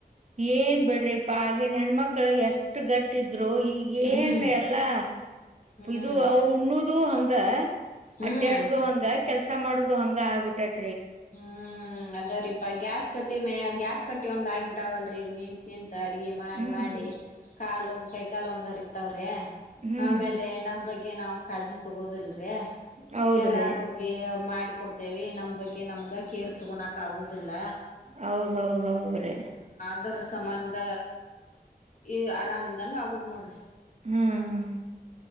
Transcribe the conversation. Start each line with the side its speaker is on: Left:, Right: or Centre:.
Right: ಏನ್ ಬಿಡ್ರಿಪ್ಪಾ ಹಾಗಿನ್ ಹೆಂಣ್ಮಕ್ಳು ಎಷ್ಟು ಗಟ್ಟಿದ ಆದ್ರು ಈಗ
Left: ಹ್ಮ್
Right: ಏನ್ ಎಲ್ಲಾ
Left: ಹ್ಮ್
Right: ಇದು ಅವರು ಉಣ್ಣದು ಹಂಗ
Left: ಹ್ಮ್
Right: ಅಡ್ಡ ಆಡೋದು ಹಂಗ ಕೆಲ್ಸ ಮಾಡುದು ಹಂಗ ಆಗ್ಬಿಟ್ಟೈತಿ
Left: ಹ್ಮ್ ಅದರಿಪಾ ಗ್ಯಾಸ್ ಕಟ್ಟಿ ಮ ಗ್ಯಾಸ್ ಕಟ್ಟಿ ಒಂದ ಆಗ್ಬಿಟ್ಟಾವಲ್ರೀ ಈಗ ನಿಂತ ನಿಂತತ್ ಅಡ್ಗೆ ಮಾಡ
Right: ಹ್ಮ್
Left: ಮಾಡಿ ಕಾಲ್ ಒಂದ್ ಕೈ ಕಾಲ್ ಒಂದ್ರಿ ತವ್ರೇ
Right: ಹ್ಮ್
Left: ಆಮೇಲೆ ನಮ್ ಬಗ್ಗೆ ನಾವ್ ಕಾಜಿ ತಗೋದಿಲ್ರಿ
Right: ಹೌದ್ರಿ
Left: ಎಲ್ಲಾರೋಗ ಮಾಡಿಕೊಡ್ತೇವಿ ನಮ್ ಬಗ್ಗೆ ಅದೆ ನಮ್ಗೆ ಕೇರ್ ತೊಗೊಳಕ ಆಗೋದಿಲ್ಲ
Right: ಹೌದೌದೌದ್ರೀ
Left: ಅದರ ಸಂಬಂಧ ಈ ಆರಾಮ ಇಲ್ದಂ ಆಗುದು ನೋಡ್ರಿ
Right: ಹ್ಮ್